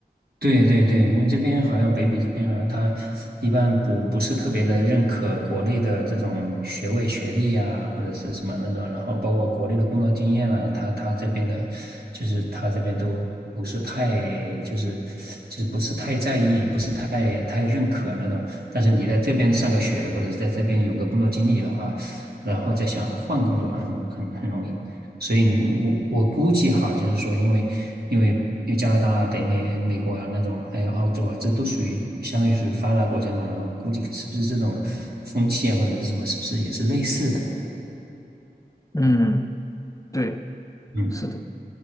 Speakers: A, on the right (about 65°); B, on the left (about 20°).
A: 对对对，因为这边好像北美这边好像他一般不不是特别的认可国内的这种学位学历啊，或者是什么那种，然后包括国内的工作经验啊，他他这边的，就是他这边都不是太就是就是不是太在意，不是太太认可那种。但是你在这边上个学，或者是在这边有个工作经历的话，然后再想换工作很很很容易，所以我我估计哈，就是说因，为因为因为加拿大啊北美、美国啊那种，还有澳洲啊，这都属于相当于属于发达国家嘛，然后估计是不是这种风气啊或者是什么，是不是也是类似的？
B: 嗯，对，
A: 嗯
B: 是的。